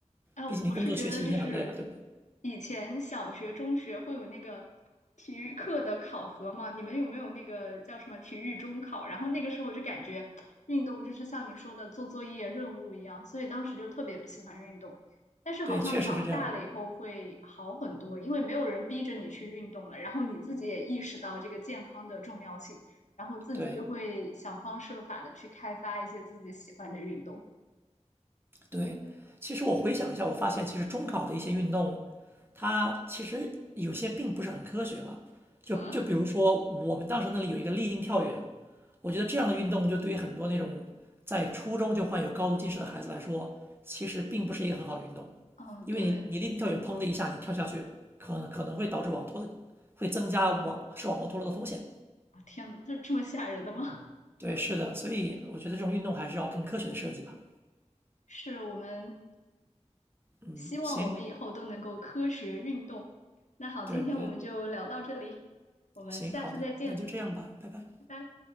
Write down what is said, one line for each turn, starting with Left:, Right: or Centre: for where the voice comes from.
Left: 哎，我是觉得就是
Right: 毕竟你工作学习已经很累了，对不对？
Left: 以前小学、中学会有那个体育课的考核嘛，你们有没有那个叫什么体育中考？然后那个时候我就感觉运动就是像你说的做作业任务一样，所以当时就特别不喜欢运动。但是好像长大了以后会好很多，
Right: 对，确实是这样的。
Left: 因为没有人逼着你去运动了，然后你自己也意识到这个健康的重要性，然后自己就会想方设法的去开发一些自己喜欢的运动。
Right: 对，对，其实我回想一下，我发现其实中考的一些运动，它其实有些并不是很科学吧。就就比如说我们当时那里有一个立定跳远，
Left: 嗯
Right: 我觉得这样的运动就对于很多那种在初中就患有高度近视的孩子来说，其实并不是一个很好的运动，
Left: 嗯，
Right: 因为你你立定跳远砰的一下你跳下去，
Left: 对。
Right: 可可能会导致网脱的，会增加网视网膜脱落的风险。
Left: 啊，天呐，这这么吓人的吗？
Right: 对，是的，所以我觉得这种运动还是要更科学的设计吧。
Left: <laughs> 是我们
Right: 嗯，
Left: 希望我们以后都能够科学运动。
Right: 行，
Left: 那好，
Right: 对，
Left: 今天我们就聊到这里，
Right: 我觉得
Left: 我们下次再见，
Right: 行，好的，那就这样吧，拜拜。
Left: 拜拜。